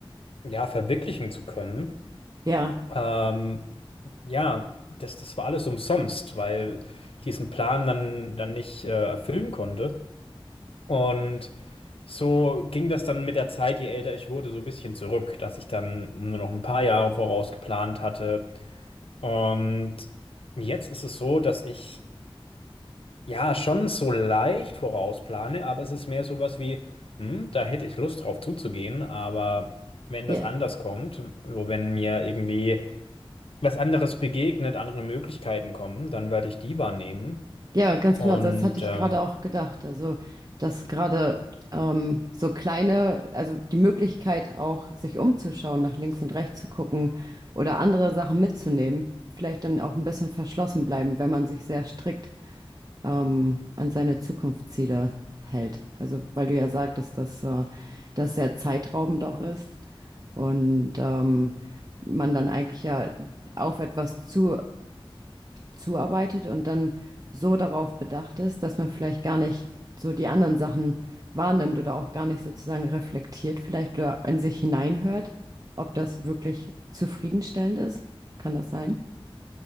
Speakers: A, on the left; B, on the right.
A: ja verwirklichen zu können.
B: Ja,
A: Ähm, ja, das, das war alles umsonst, weil ich diesen Plan dann, dann nicht äh, erfüllen konnte. Und so ging das dann mit der Zeit, je älter ich wurde, so ein bisschen zurück, dass ich dann nur noch ein paar Jahre voraus geplant hatte. Und jetzt ist es so, dass ich ja schon so leicht vorausplane, aber es ist mehr sowas wie, hm, da hätte ich Lust drauf zuzugehen, aber wenn
B: ja,
A: das anders kommt, wo- wenn mir irgendwie was anderes begegnet, andere Möglichkeiten kommen, dann werde ich die wahrnehmen.
B: ja, ganz
A: Und
B: genau. Das hatte ich
A: ähm,
B: gerade auch gedacht. Also, dass gerade ähm, so kleine, also die Möglichkeit auch, sich umzuschauen, nach links und rechts zu gucken oder andere Sachen mitzunehmen, vielleicht dann auch ein bisschen verschlossen bleiben, wenn man sich sehr strikt ähm, an seine Zukunftsziele hält. Also, weil du ja sagtest, dass äh, das sehr zeitraubend auch ist und ähm, man dann eigentlich ja auf etwas zu, zuarbeitet und dann so darauf bedacht ist, dass man vielleicht gar nicht so die anderen Sachen wahrnimmt oder auch gar nicht sozusagen reflektiert vielleicht oder in sich hineinhört, ob das wirklich zufriedenstellend ist. Kann das sein?